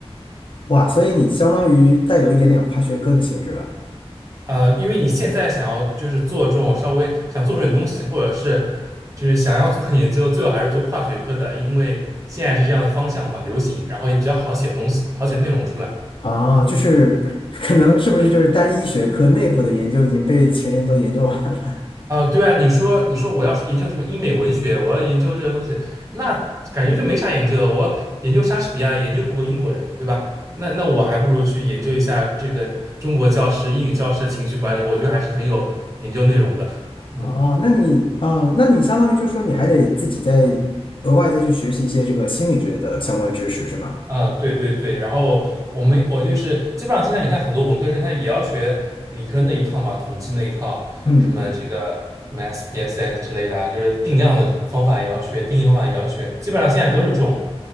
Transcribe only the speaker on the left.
哇，所以你相当于带有一点点跨学科的性质了
啊，就是 <laughs> 可能是不是就是单一学科内部的研究已经被前人都研究完了？
哦，那你呃，那你相当于就说你还得自己再额外再去学习一些这个心理学的相关知识，是吗？
嗯，